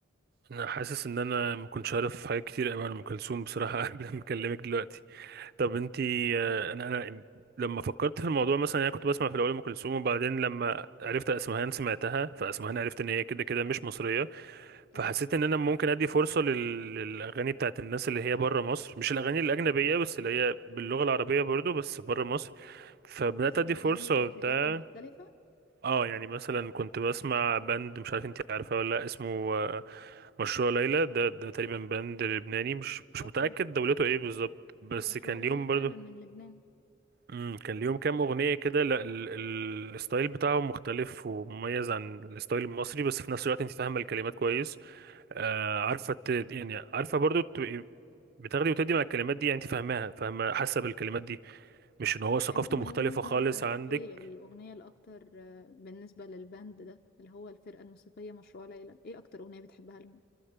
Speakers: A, on the right; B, on the left.
A: انا حاسس ان انا ما كنتش عارف حاجات كتير قوي عن ام كلثوم بصراحه <laughs> قبل ما اكلمك دلوقتي طب انتي آه، انا انا لما فكرت في الموضوع مثلا يعني انا كنت بسمع في الاول ام كلثوم وبعدين لما عرفت اسمهان سمعتها فاسمهان عرفت ان هي كده كده مش مصريه
B: اه
A: فحسيت ان انا ممكن ادي فرصه لل- للاغاني بتاعت الناس اللي هي بره مصر مش الاغاني الاجنبيه بس اللي هي باللغه العربيه برضو بس بره مصر فبدات
B: قصدك
A: ادي فرصه
B: يعني اللهجات
A: وبتاع
B: المختلفة
A: اه يعني مثلا كنت بسمع باند مش عارف انتي عارفاه ولا لا اسمه آه، مشروع ليلى ده ده تقريبا باند لبناني مش مش
B: اه
A: متأكد
B: طبعا
A: دولته ايه بالظبط بس
B: مشروع
A: كان
B: ليلى
A: ليهم برضو
B: فعلا من لبنان
A: امم كان ليهم كام أغنية كده لا ال... ال... الستايل بتاعهم مختلف ومميز عن الستايل المصري بس في نفس الوقت انت فاهمة الكلمات كويس آه عارفة ت... يعني عارفة برضو تبقي بتاخدي وتدي مع الكلمات دي يعني انت فاهماها فاهمة حاسة بالكلمات دي مش ان هو
B: طب
A: ثقافته
B: انت من
A: مختلفة
B: وجهة
A: خالص
B: نظرك
A: عندك
B: ايه الأغنية الأكتر آه، بالنسبة للباند ده اللي هو الفرقة الموسيقية مشروع ليلى ايه أكتر أغنية بتحبها لهم؟